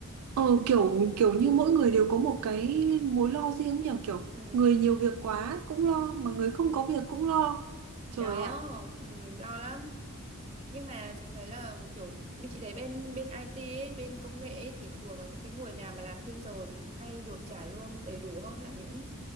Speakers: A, on the right; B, on the right.
A: ờ, kiểu kiểu như mỗi người đều có một cái mối lo riêng nhỉ kiểu
B: ừ.
A: người nhiều việc quá cũng lo mà người không có việc cũng lo trời
B: thì đó
A: ạ
B: ừ, lo lắm nhưng mà chị thấy là kiểu bên chị thấy bên bên IT ấy, bên công nghệ ấy, thì thường là những cái người nào mà làm thêm giờ thì hay được trả lương đầy đủ hơn là những